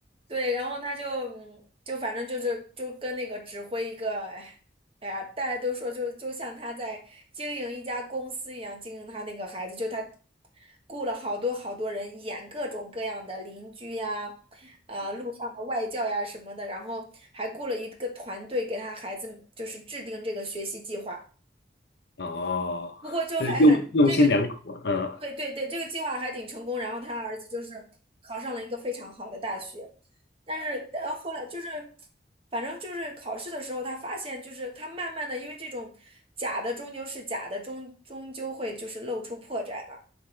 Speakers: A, on the right; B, on the left.
A: 对，然后他就嗯，就反正就是就跟那个指挥一个，哎哎呀，大家都说就就像他在经营一家公司一样经营他那个孩子，就他雇了好多好多人演各种各样的邻居呀，呃，路上的外教呀什么的，然后还雇了一个团队给他孩子就是制定这个学习计划。
B: 哦，
A: 不过就还很这个，
B: 那用用心良苦啊，嗯，
A: 对对对，这个计划还挺成功。然后他儿子就是考上了一个非常好的大学，但是呃后来就是，反正就是考试的时候，他发现就是他慢慢的，因为这种假的终究是假的，终终究会就是露出破绽嘛。